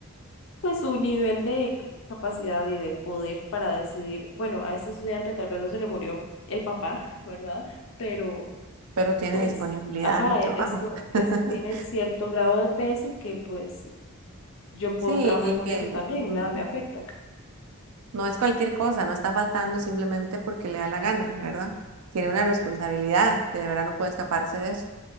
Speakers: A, on the left; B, on the right.
A: pues, su nivel de c- capacidad y de poder para decidir, bueno, a ese estudiante tal vez no se le murió el papá, ¿verdad? Pero
B: pero tiene
A: pues,
B: disponibilidad
A: ajá,
B: en el trabajo.
A: e- esto, esto
B: <laughs>
A: tiene cierto grado de peso que pues yo puedo
B: Sí,
A: trabajar
B: y
A: con
B: que
A: eso también y
B: mm,
A: nada me afecta.
B: no es cualquier cosa, no está faltando simplemente porque le da la gana, ¿verdad? Tiene una responsabilidad que de verdad no puede escaparse de eso.